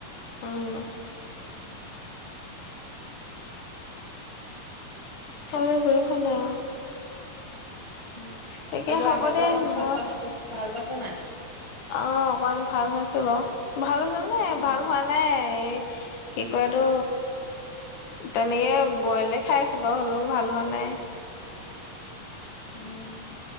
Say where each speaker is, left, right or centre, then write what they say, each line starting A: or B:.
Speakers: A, on the left; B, on the left.
A: উম। সেইবোৰে <unintelligible> খোৱা নাই আৰু।
B: উম, ধৰি
A: তাকে
B: লোৱা,
A: হ'ব
B: আগতে
A: দে
B: অকমান
A: মই
B: ভাল পাইছ- ভাল পাইছ নাই?
A: অ' অকমান ভাল হৈছে বাৰু। ভাল হৈছে মানে
B: উম
A: ভাল হোৱা নাই। এই কি কৰাটো তেনেকে বইলে খাই আছোঁ বাৰু। হ'লেও ভাল হোৱা নাই।
B: উম।